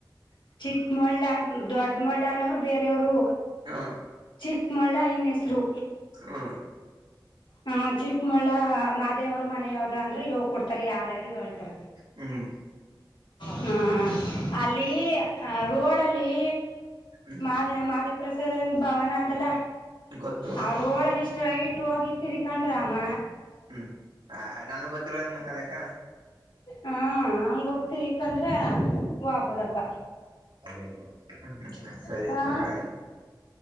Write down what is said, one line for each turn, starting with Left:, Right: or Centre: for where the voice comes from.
Left: ಚಿಕ್ಕ ಮೊಳ್ಳ ಅ ದೊಡ್ಡ ಮೊಳ್ಳ ಅನೋರು ಬೇರೆಯವರು
Right: ಹಾ
Left: ಚಿಕ್ಕಮೊಳ ಐನ ಹೆಸರು
Right: ಹಾ
Left: ಹ ಚಿಕ್ಕಮಳ್ಳ ಮಾಹದೇವ ಅವ್ರ ಮನೆ ಯಾವ್ದ ಅಂದ್ರ <unintelligible> ಕೊಡ್ತಾರ ಯಾರ್ಯಾರು ಹೇಳ್ತಾರ
Right: ಹ್ಮ್
Left: ಹ್ಮ ಅಲ್ಲಿ ಆ ರೋಡಲ್ಲಿ
Right: ಹ್ಮ್
Left: ಮಾದೇ ಮಾದೇ ಪ್ರಸಾದ ಭವನ ಅದೆಲ್ಲ
Right: ಗೊತ್ತು
Left: ಆ ರೋಡಲ್ಲಿ ಸ್ಟೈಟ್ ಹೋಗಿ ತಿರಿಕಂಡ್ರೆ ಅಮ್ಮ
Right: ಹ್ಮ್ ಆ ನಾನು ಗೊತ್ತಿಲ್ವ ನಿಮ್ ಮನ್ ಅದಕ್ಕ
Left: ಹಾ ಹಂಗ ಹೋಗ್ತಿಕಂದ್ರ ವಾಬದಪ್ಪ
Right: ಹಾ ಹ್ಮ ಸರಿ
Left: ಹಾ
Right: ತಗ ಆಯ್ತು